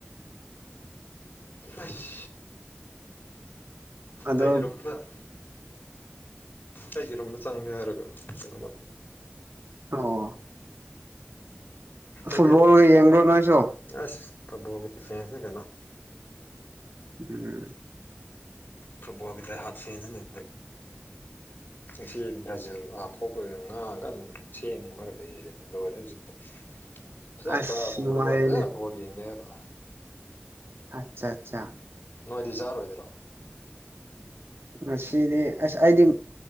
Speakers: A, on the left; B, on the right.
A: ꯑꯁ
B: ꯑꯗꯣ
A: ꯑꯩꯒꯤ ꯔꯨꯝꯗ ꯑꯩꯒꯤ ꯔꯨꯝꯗ ꯆꯪꯒꯦ ꯍꯥꯏꯔꯒ ꯀꯩꯅꯣꯃ
B: ꯑꯣ
A: ꯑꯩꯒꯤ
B: ꯐꯨꯠꯕꯣꯜꯒ ꯌꯦꯡꯕ꯭ꯔꯣ ꯅꯣꯏꯁꯨ
A: ꯑꯁ ꯀꯝꯕꯣꯒꯤ ꯗꯤꯐꯦꯟꯁꯅꯤ ꯀꯦꯅꯣ
B: ꯎꯝ
A: ꯐꯨꯠꯕꯣꯜꯒꯤ ꯗꯥꯏ ꯍꯔꯗ ꯐꯦꯟꯅꯤ ꯉꯁꯤ ꯕ꯭ꯔꯥꯖꯤꯜ ꯑꯥ ꯊꯣꯛꯄꯩꯗꯨ ꯉꯥ ꯀꯟꯅꯥ ꯁꯦꯝꯃꯤ ꯃꯔꯛ ꯂꯣꯏꯔꯦ ꯍꯧꯖꯤꯛꯇ ꯐꯖꯅ
B: ꯑꯁ
A: ꯆꯥꯕ ꯇꯨꯝꯒꯔꯒ
B: ꯅꯨꯡꯉꯥꯏꯔꯦꯅꯦ
A: ꯐꯖꯅ ꯕꯣꯜ ꯌꯦꯡꯒꯦ ꯍꯥꯏꯔꯒ
B: ꯑꯆꯥ ꯑꯆꯥ
A: ꯅꯣꯏꯗꯤ ꯆꯥꯔꯣꯏꯗ꯭ꯔꯣ
B: ꯉꯁꯤꯗꯤ ꯑꯁ ꯑꯩꯗꯤ